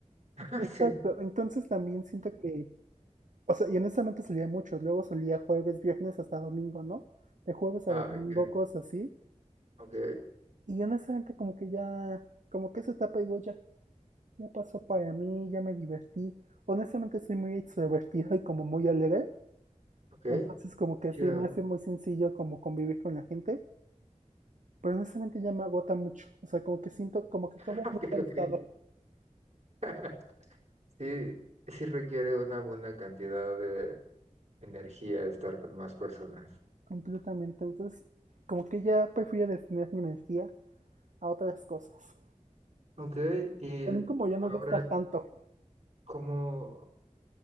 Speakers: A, on the right; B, on the right.
A: Ah,
B: Exacto.
A: sí,
B: Entonces también siento que, o sea, y honestamente salía mucho. Luego salía jueves, viernes hasta domingo, ¿no? De jueves
A: ah,
B: a domingo,
A: venga,
B: cosas así.
A: ok,
B: Y honestamente como que ya, como que esa etapa digo ya, ya pasó para mí, ya me divertí. Honestamente soy muy extrovertido y como muy alegre,
A: ok,
B: entonces como que
A: qué chido.
B: se me hace muy sencillo como convivir con la gente, pero honestamente ya me agota mucho, o sea, como que siento como que
A: <laughs>
B: acabo
A: ok,
B: muy cansado
A: ok. <laughs> Sí, sí requiere una buena cantidad de energía estar con más personas.
B: completamente, entonces como que ya prefiero destinar mi energía a otras cosas.
A: Ok, y
B: También como ya no
A: ahora,
B: gastar tanto,
A: ¿cómo